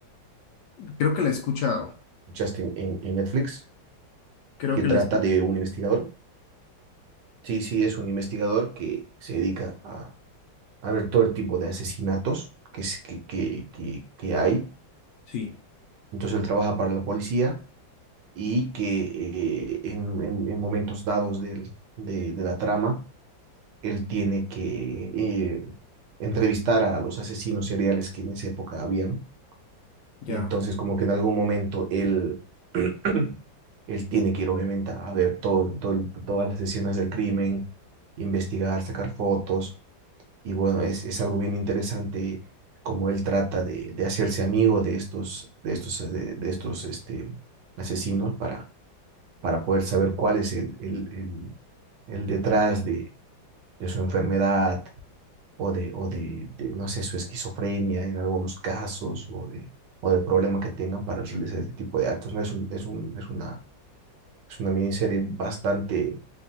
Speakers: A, on the left; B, on the right.
A: Creo que la he escuchado.
B: escuchaste en, en, en Netflix,
A: Creo
B: que
A: que
B: trata
A: la he escuchado.
B: de un investigador. Sí, sí, es un investigador que se dedica a, a ver todo el tipo de asesinatos que, es- que, que, que, que hay.
A: Sí,
B: Entonces él trabaja para la policía y que eh, en, en, en momentos dados del, de, de la trama él tiene que eh, entrevistar a los asesinos seriales que en esa época habían.
A: ya.
B: Y entonces como que en algún momento él, <clears throat> él tiene que ir obviamente a ver todo, todo- todas las escenas del crimen, investigar, sacar fotos. Y bueno, es, es algo bien interesante como él trata de, de hacerse amigo de estos, de estos, eh, de, de estos este, asesinos para, para poder saber cuál es el, el, el, el detrás de, de su enfermedad, o de, o de, de, no sé, su esquizofrenia en algunos casos, o de, o de problema que tengan para realizar este tipo de actos, ¿no? Es un, es un, es una, es una miniserie bastante,